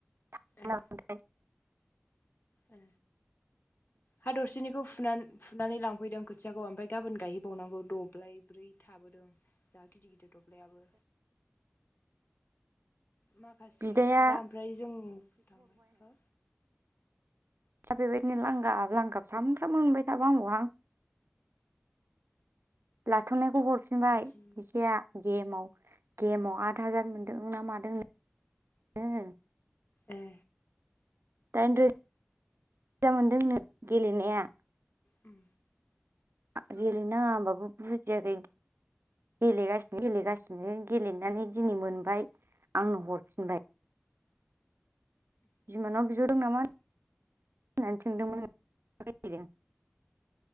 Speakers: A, on the right; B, on the left.
A: मादों
B: ए ए हा दरसेनिखौ फु फुना फुनानै लांफैदों खोथियाखौ ओमफ्राय गाबोन गायहैबावनांगौ दब्लाय ब्रै थाबोदों जा गिदिर गिदिर दब्लायाबो। माखासेया
A: बिदाया
B: थांला ओमफ्राय जों थांनायफ्रा
A: आतसा बेबायदिनो लांगाब लांगाब सामफ्रामबो मोनबाय थाबा हामगौ आं। लाथनायखौ हरफिनबाय
B: उमहो
A: फैसाया गेमाव गेमाव आद हाजार मोनदों ना मादों नो
B: ए
A: दाइन रो <inaudible> मोनदों नो गेलेनाया।
B: उम
A: आ गेलेनाङा
B: उम
A: होनबाबो बुजियाखै गेलेगासिनो गेलेगासिनो गेलेनानै दिनै मोनबाय। आंनो हरफिनबाय बिमानाव बिहद दों नामा होननानै सोंदोंमोन आं <inaudible>